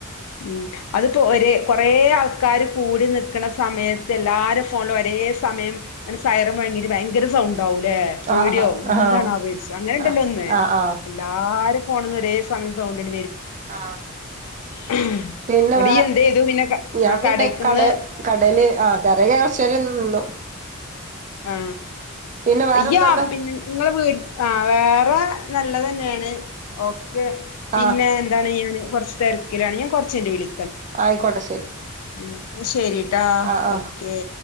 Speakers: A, on the left; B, on the right.
A: ഉം അതിപ്പോ ഒരെ കൊറെ ആൾ ക്കാര് കൂടി നിക്ക സമയത്ത് എല്ലാരും ഫോ ഒരേ സമയം സയ്റൻ മോയങ്ങീട് ഭയങ്കര സൗണ്ട് ഉണ്ടാവുംല്ലേ പേടിയാവും
B: ആ ആ ആ
A: എന്താണോവോചാര്ച്ചും അങ്ങനെ ണ്ടല്ലോ
B: ആ
A: ഒന്ന്
B: ആ ആ
A: എല്ലാരും പോണന്ന് ഒരെ സമയം സൗഡ്
B: ആ
A: ഇന്നട്ട്
B: പിന്നേ വേ
A: ഇയ്യ് എന്തേയ്തു പിന്നെ ക
B: ഞാ
A: ആഹ്
B: പിന്നെ
A: കടേക്ക്ന്ന്
B: ക്കടേ കടേല് ആ <unintelligible> നിന്നു
A: ആ
B: പിന്നെ വേറെന്താന്ന്
A: അയ്യോ പ് ങ്ങള് വീ ആ വേറെ നല്ലതന്നെണ് ഓകെ പിന്നെന്താണ്
B: ആ
A: പ്പോ കൊർച്ച് തെരക്ക്‌ലാണ് ഞാൻ കൊറച്ച് യ്ഞ്ഞ് വി <unintelligible>
B: ആയിക്കോട്ടെ ശരി
A: എന്നാ ശരിട്ടാ
B: ആ ആ
A: ഓകെ